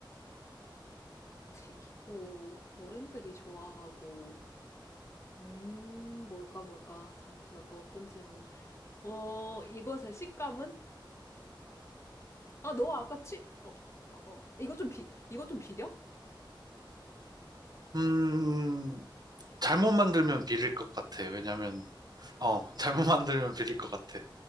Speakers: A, on the left; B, on the right.
A: 튀기고, 어른들이 좋아하고. 음, 뭘까, 뭘까. 잠시만, 또 어떤 질문. 어, 이것의 식감은? 아, 너 아까 치, 어, 어, 어. 이거 좀 비, 이거 좀 비려?
B: 음, 잘못 만들면 비릴 것 같아. 왜냐면, 어, <laughs> 잘못 만들면 비릴 것 같아.